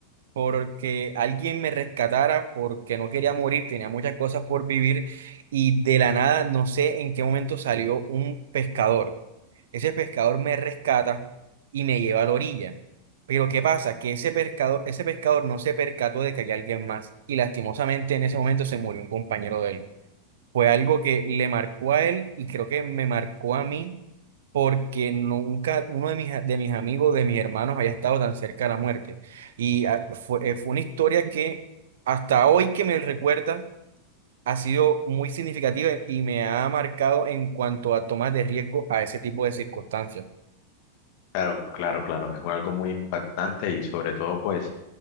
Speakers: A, on the right; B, on the left.
A: porque alguien me rescatara, porque no quería morir, tenía muchas cosas por vivir y de la nada, no sé en qué momento salió un pescador. Ese pescador me rescata y me lleva a la orilla. Pero ¿qué pasa? Que ese pescado ese pescador no se percató de que había alguien más y lastimosamente en ese momento se murió un compañero de él fue algo que le marcó a él y creo que me marcó a mí porque nunca uno de mis, a- de mis amigos, de mis hermanos había estado tan cerca de la muerte. Y ah, fue, eh, fue una historia que hasta hoy que me recuerda ha sido muy significativa y me ha marcado en cuanto a tomas de riesgo a ese tipo de circunstancias.
B: Claro, claro, claro, es algo muy impactante y sobre todo pues